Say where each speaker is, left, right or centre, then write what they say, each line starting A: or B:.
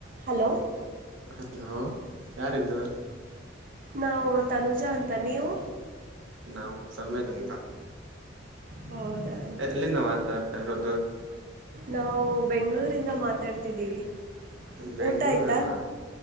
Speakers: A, on the right (about 45°); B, on the right (about 70°).
A: Hello
B: hello ಯಾರಿದ್ದು
A: ನಾವು ತನುಜ ಅಂತ ನೀವು
B: ನಾವು ಸ್ಯಾಮ್ದ ಅಂತ
A: ಹೌದಾ
B: ಎಲ್ಲಿಂದ ಮಾತಾಡ್ತಾ ಇರೋದು
A: ನಾವು ಬೆಂಗಳೂರಿಂದ ಮಾತಾಡ್ತಿದ್ದೀವಿ
B: ಬೆಂಗಳೂರು
A: ಊಟ ಆಯಿತಾ
B: ಅಲ್ಲಾ